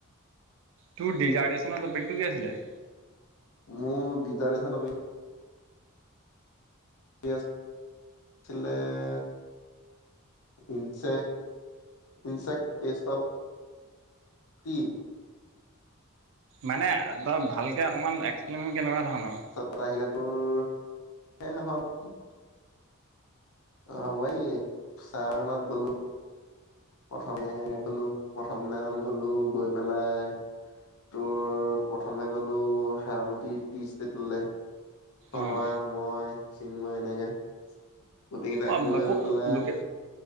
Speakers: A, on the right (about 60°); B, on the left (about 80°).
A: তোৰ ডিজাৰেৰ্শ্যনৰ টপিকটো কি আছিলে?
B: মোৰ ডিজাৰদেশ্যনৰ টপিক আছিলে insect, insect pest of tea.
A: মানে ভালকে অকণমান এক্সপ্লেইনবোৰ কেনেকুৱা ধৰণৰ?
B: তাত আহিলে তোৰ সেই <inaudible> অঁ মই <inaudible> গ'লো। প্ৰথমে গ'লো প্ৰথম দিনাখন গ'লো গৈ পেলায় তোৰ প্ৰথমে গ'লো সাৰমতি টি ষ্টেতলে। তনোয়ে
A: অঁ
B: মই চিন্ময় এনেকে গোটেই কেইটা
A: অঁ
B: গৈ
A: ক'
B: পেলাই
A: লোকে